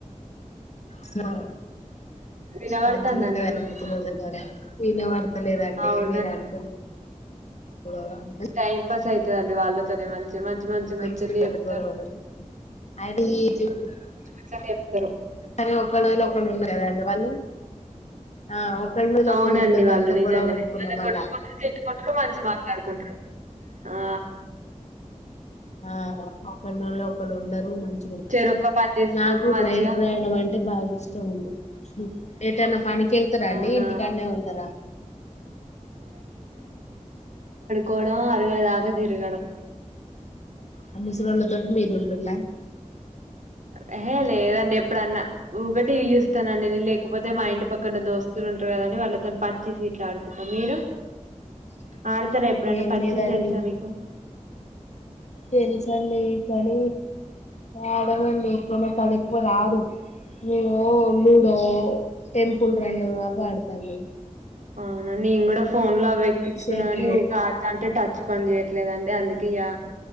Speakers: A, on the left (about 60°); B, on the right (about 75°).
A: హా
B: వినబడతాందండి
A: మంచిగా ఉంటాదండి
B: మీకు
A: ముసలొల్లా గొడవ విన త లేదండి
B: అవునండి
A: మీరు అంటున్ <unintelligible>
B: టైం పాస్ అయితదండి వాళ్ళతోనే మంచి మంచి మంచి
A: మంచిగుండాల
B: ముచ్చట్లు చెప్తారు
A: గొడవలు అది <unintelligible>
B: <unintelligible> చెప్తారు
A: కానీ <unintelligible> ఒకళ్ళు ఉండ కదండి వాళ్ళు ఆ ఒకళ్ళ మీద
B: అవునండి
A: ఒకళ్ళు ఉండరు
B: వాళ్ళు
A: అంత
B: నిజంగానే
A: గొడవ పెట్టుకున్నా
B: వాళ్లు
A: మళ్ళా
B: కొట్టుకుంటారు తిట్టుకుంటారు మంచి మాట్లాడుకుంటారు ఆ
A: ఆ ఒకళ్ళూళ్ళ ఒకళ్ళు ఉండరు మంచి
B: చెరొక్క పని చేసుకుంటారు
A: నాకు
B: మంచిగా
A: రైల్ ప్రయాణం అంటే బాగా ఇష్టం ఉంది ఏటన్నా పనికెళ్తారా
B: అవునా
A: అండి ఇంటికానే ఉంటరా
B: గొడవ అరిగేదాక తిరగడం
A: ఆ ముసల్లోల్ల తోటి మీరుంటురా
B: ఏహే లేదండి ఎప్పుడన్నా ఊకేటివి చూస్తానండి లేకపోతే మా ఇంటి పక్కన దోస్తు ఉంటారు గదండి వాళ్ళతోని పచ్చీస్ గిట్లా ఆడుకుంటాం మీరు
A: <inaudible>
B: ఆడతారా ఎప్పుడైనా
A: ఏం
B: పచ్చీస్
A: లేదండి
B: తెలుసా మీకు
A: తెలుసండి కానీ ఆడమండి ఎక్కువ కది ఎక్కువ రాదు మేము లూడో టెంపుల్ రన్ అది ఆడతాను
B: అవునా నేను గూడా ఫోన్ లో అవి ఎక్కించుకున్నా
A: షటిలు
B: గాని ఊకే ఆడతా ఉంటే టచ్ పని జేయట్లేదు అండి అందుకే ఇగ